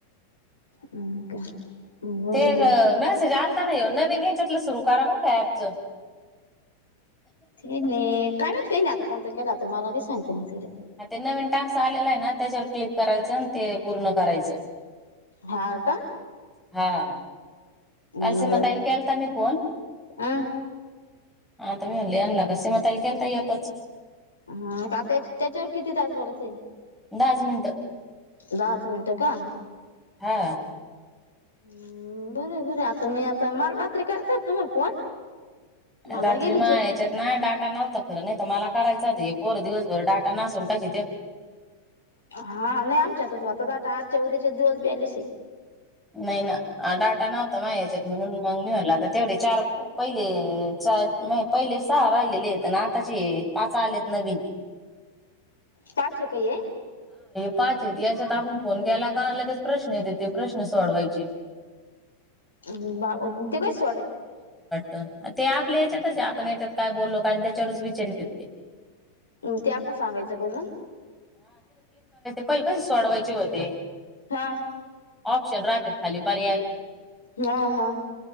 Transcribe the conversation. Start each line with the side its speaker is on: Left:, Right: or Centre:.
Left: अ का बरोबर
Centre: ते अ
Left: आहे.
Centre: मेसेज आल नाही नवीन याच्यातल सुरू करा बर का एप च.
Left: तेने काय माहित तेने आत कोणता केला आता मला नयी सांगता येत नइ जाऊद्या.
Centre: हा ते नवीन टाक्स आलेला आहे ना त्याच्यावर क्लिक करायच आणि ते पूर्ण करायच.
Left: हा का.
Centre: हा.
Left: हम्म
Centre: काल सीमातईल
Left: बर
Centre: केलता मी फोन
Left: अ
Centre: आता मी म्हणले यांना का सुमी ताई ला केलता एकच.
Left: ह आता त्याच्या उर किती तास बोलायचये
Centre: दहाच मिनट
Left: दहाच मिनटं का?
Centre: हा
Left: हम् बरये बर आता मी आता माल रात्री करता तुम्हाला फोन? मला
Centre: रात्री
Left: गेली
Centre: माआ
Left: झोप
Centre: याच्यात ना डाटा नव्हता खर ना त मला करायचं हे पोर दिवसभर डाटा नासून टाकीत्यात.
Left: हा नाही, आमच्या आता आता आ आजच्या उद्याच्या दिवस बॅलेसे.
Centre: नाही ना. अ डाटा नव्हता मायाच्यात. म्हणून मग मी म्हणल आता तेवढे चार पहिले च म पहिले सहा राहिलेलेत ना. आताचे पाच आलेत नवीन
Left: पाचे काय हे?
Centre: पाचेत याच्यात आपण फोन केला का लगेच प्रश्न येतेत ते प्रश्न- सोडवायचे.
Left: म बा ते काय सोडाय-
Centre: त ते आपल्याच्यातचये आपण याच्यात काय बोल्लो काय न त्याच्यावरच विचारितेत ते.
Left: हम् ते आपण सांगायच करून?
Centre: पयील कस सोडवायचे होते,
Left: हा.
Centre: ऑप्शन रात्यात खाली पर्याय.
Left: हा हा